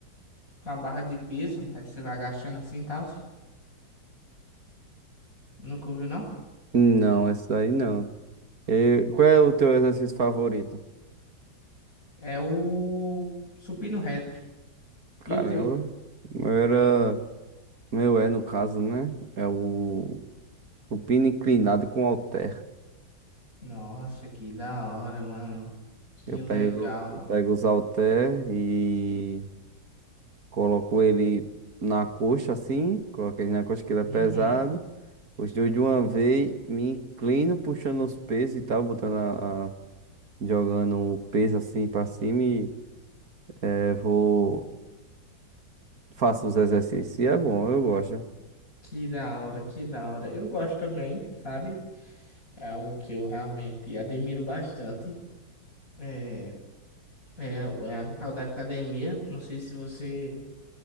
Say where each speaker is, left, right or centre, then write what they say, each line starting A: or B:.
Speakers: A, on the left; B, on the right.
A: com a barra de peso, aí você vai agachando assim e tal. Nunca ouviu, não?
B: Não, essa daí não. E qual é o teu exercício favorito?
A: É o supino reto.
B: Caramba.
A: E o teu?
B: O meu era. o Meu é, no caso, né? É o supino inclinado com halter.
A: Nossa, que da hora, mano. Que
B: Eu pego,
A: legal.
B: eu pego os halter e coloco ele na coxa, assim. Coloco ele na coxa que ele é
A: Uhum.
B: pesado. Os dois de uma vez, me inclino puxando os pesos e tal, botando a, a- jogando o peso assim pra cima e é, vou. Faço os exercícios. E é bom, eu
A: Que,
B: gosto.
A: que da hora, que da hora. Eu gosto também, sabe? É algo que eu realmente admiro bastante. É, é, é a tal da academia. Não sei se você